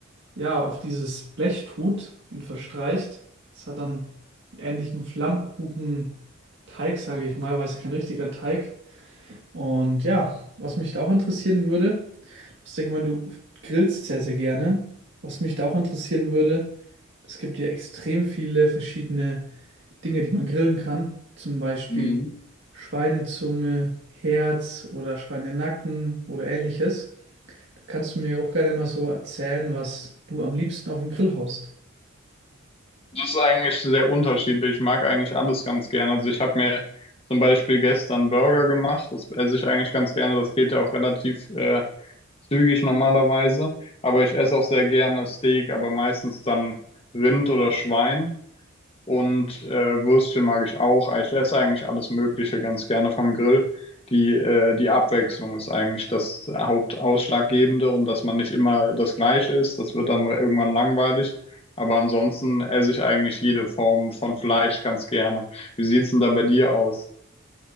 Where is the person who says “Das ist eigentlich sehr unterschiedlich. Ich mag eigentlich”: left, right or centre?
Left